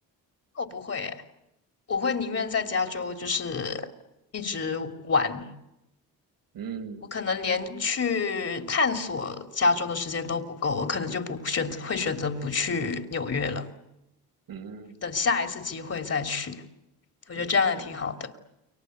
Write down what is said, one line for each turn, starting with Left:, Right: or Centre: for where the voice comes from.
Left: 我不会诶，我会宁愿在加州就是一直玩，
Right: 嗯
Left: 我可能连去探索加州的时间都不够，我可能就不选择会选择不去纽约了，
Right: 嗯
Left: 等下一次机会再去。我觉得这样也挺好的。
Right: 嗯嗯，